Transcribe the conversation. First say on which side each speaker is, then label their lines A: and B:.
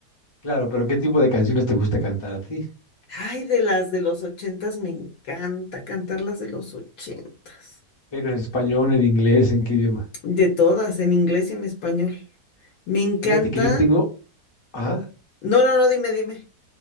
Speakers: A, on the left (about 25°); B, on the left (about 65°).
A: claro, pero ¿qué tipo de canciones te gusta cantar a ti?
B: Ay, de las de los ochentas, me encanta cantar las de los ochentas.
A: Pero en español, en inglés, ¿en qué idioma?
B: De todas, en inglés y en español. Me encanta.
A: Fíjate que yo tengo, ajá.
B: No, no, no, dime, dime.